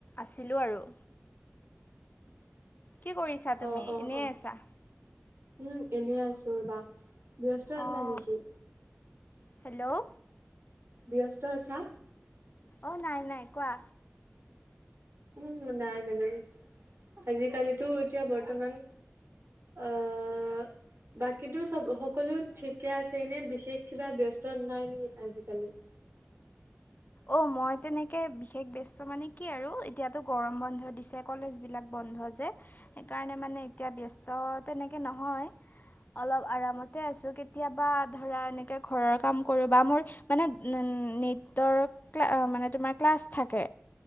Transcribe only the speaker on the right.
অ অ
অ
উম এনেই আছো ৰ বা ব্যস্ত আছা
নেকি
ব্যস্ত আছা
উম নাই মানে আজিকালিতো এতিয়া বৰ্তমান আহ বাকীতো চব সকলো ঠিকে আছে এনে বিশেষ কিবা ব্যস্ত নাই নেক আজিকালি <inaudible>